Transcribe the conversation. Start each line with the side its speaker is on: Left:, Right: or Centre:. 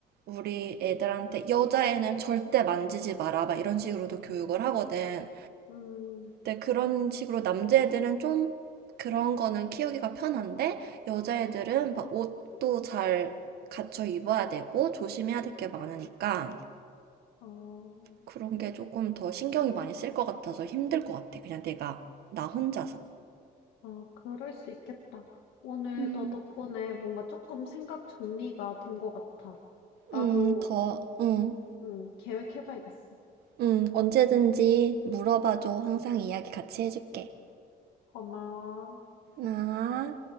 Right: 우리 애들한테 여자애는 절대 만지지 마라 막 이런 식으로도 교육을 하거든.
Left: 응.
Right: 근데 그런 식으로 남자애들은 좀 그런 거는 키우기가 편한데 여자애들은 막 옷도 잘 갖춰 입어야 되고 조심해야 될 게 많으니까
Left: 어.
Right: 그런 게 조금 더 신경이 많이 쓸 것 같아서 힘들 것 같아. 그냥 내가 나 혼자서.
Left: 아, 그럴 수 있겠다. 오늘
Right: 음,
Left: 너 덕분에 뭔가 조금 생각 정리가 된 것 같아. 나도,
Right: 음, 더, 응,
Left: 응, 계획해봐야겠어.
Right: 응, 언제든지 물어봐줘. 항상 이야기 같이 해줄게.
Left: 고마워.
Right: 하나,